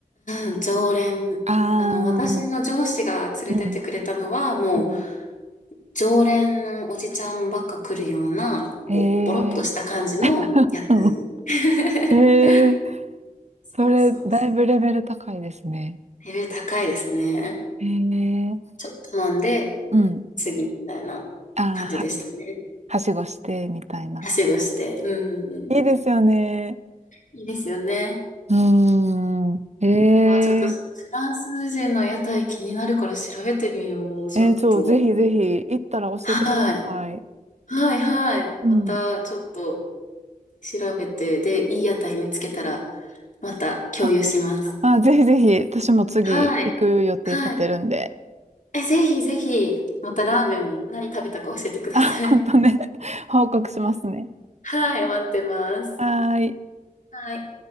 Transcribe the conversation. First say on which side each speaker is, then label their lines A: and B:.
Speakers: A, on the left (about 60°); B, on the right (about 50°).
A: うん、常連。
B: あー、
A: あの、私の上司が連れてってくれたのは、
B: うん、
A: もう、
B: うん。
A: 常連のおじちゃんばっか来るような、
B: えー、
A: こうボロっとした感じの屋台。
B: <laughs> うん。
A: <laughs>
B: えー、
A: そうそうそ
B: それ、だいぶレベル高いですね。
A: う。レベル高いですね。
B: えー、
A: ちょっと飲んで、
B: うん。
A: 次みたいな感じでしたね。
B: あーは、はしごして、みたいな。
A: はしごして。うんうん。
B: いいですよね。
A: いいですよね。
B: うーん。ええ。
A: あ、ちょっと、フランス人の屋台気になるから調べてみよう。ちょっと。
B: えー、そう、ぜひぜひ、行ったら教えてください。
A: はい。はいはい。
B: うん。
A: また、ちょっと。調べて、で、いい屋台見つけたら、また共有します。
B: あ、まあ、ぜひぜひ、私も次行く予定立てるんで、
A: はい。はい。え、ぜひぜひ、またラーメンも何食べたか教えてください。
B: <laughs> 本当ね、<laughs> 報告しますね。
A: <laughs> はい、待ってます。
B: はーい。
A: はい。